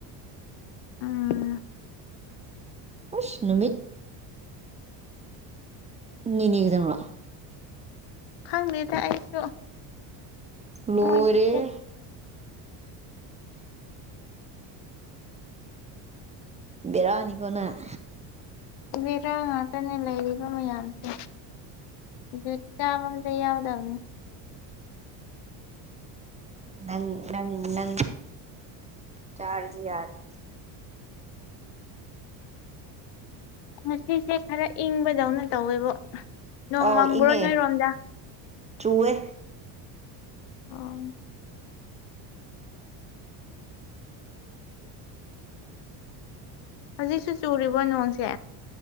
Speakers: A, on the left; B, on the right.
A: ꯎꯝ
B: ꯎꯁ ꯅꯨꯃꯤꯠ ꯍꯨꯝꯅꯤꯒꯤꯗꯃꯛ
A: ꯈꯪꯗꯦꯗ ꯑꯩꯁꯨ
B: ꯂꯣꯏꯔꯦꯍꯦ
A: ꯃꯣꯏꯒꯤꯁꯦ
B: ꯕꯦꯔꯅꯤꯀꯣ ꯅꯪ
A: ꯕꯦꯔꯥ ꯉꯥꯛꯇꯅ ꯂꯩꯔꯤꯕ ꯃꯌꯥꯝꯁꯦ ꯁꯤꯗ ꯆꯥꯕ ꯌꯥꯎꯗꯝꯅꯤ
B: ꯅꯪ ꯅꯪ ꯅ ꯆꯥꯔꯁꯨ ꯌꯥꯔꯦ
A: ꯉꯁꯤꯁꯦ ꯈꯔ ꯏꯪꯕꯗꯧꯅ ꯇꯧꯋꯦꯕꯣ ꯅꯣꯡ
B: ꯑꯧ
A: ꯃꯪꯕ꯭ꯔꯣ
B: ꯏꯪꯉꯦ
A: ꯅꯣꯏꯔꯣꯝꯗ
B: ꯆꯨꯋꯦ
A: ꯑꯣ ꯍꯧꯖꯤꯛꯁꯨ ꯆꯨꯔꯤꯕꯣ ꯅꯣꯡꯁꯦ